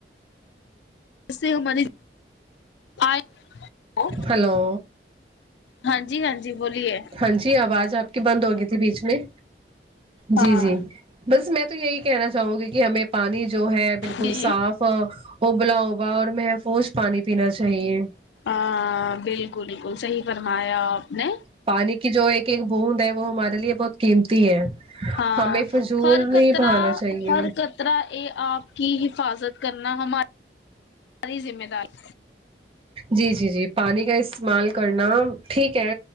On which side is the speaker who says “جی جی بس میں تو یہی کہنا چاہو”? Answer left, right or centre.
Right